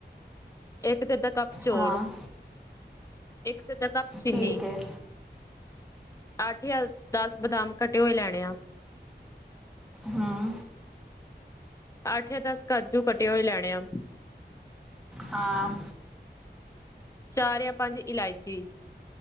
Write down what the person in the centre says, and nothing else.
ਹਾਂ
ਠੀਕ ਹੈ
ਹਾਂ
ਹਾਂ